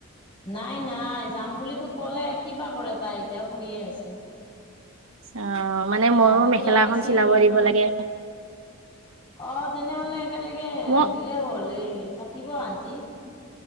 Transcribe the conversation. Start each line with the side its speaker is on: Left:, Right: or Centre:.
Left: নাই নাই যাম বুলিতো ক'লে কিবা কৰে তাই এতিয়া শুইয়ে আছে
Right: অ
Left: তাকে
Right: মানে
Left: য
Right: ময়ো
Left: যাব তো
Right: মেখেলা
Left: লাগিছিল
Right: এখন চিলাব দিব লাগে
Left: অ তেনেহলে একেলগে
Right: ম
Left: দিলে হ'ল এই থাকিব আন্টি